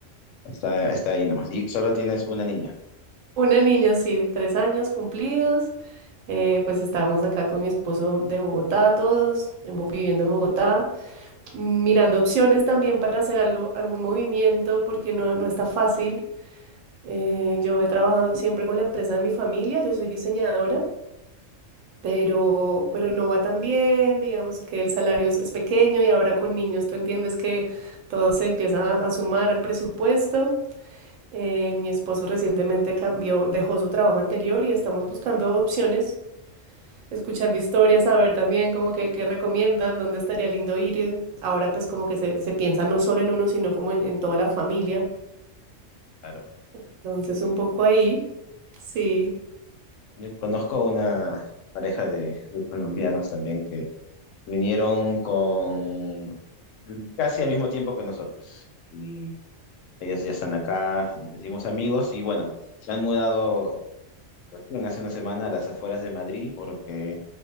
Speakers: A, on the left (about 80°); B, on the right (about 80°).
A: está, está ahí nomás. Y solo tienes una niña,
B: Una niña, sí, tres años cumplidos. Eh, pues estábamos acá con mi esposo de Bogotá, todos en Bo- viviendo en Bogotá. mirando opciones también para hacer algo, algún movimiento, porque no, no está fácil. Eh, yo he trabajado siempre con la empresa de mi familia, yo soy diseñadora, pero, pero no va tan bien, digamos que el salario es, es pequeño y ahora con niños tú entiendes que todo se empieza a, a sumar al presupuesto. Eh, mi esposo recientemente cambió, dejó su trabajo anterior y estamos buscando opciones escuchando historias, a ver también como que, qué recomiendan, dónde estaría lindo ir. Ahora pues como que se, se piensa no solo en uno, sino como en, en toda la familia.
A: claro.
B: Entonces un poco ahí, sí,
A: Yo conozco una pareja de, de colombianos también que Vinieron con casi al mismo tiempo que nosotros. Y ellos ya están acá, nos hicimos amigos y bueno, se han mudado recién hace una semana a las afueras de Madrid porque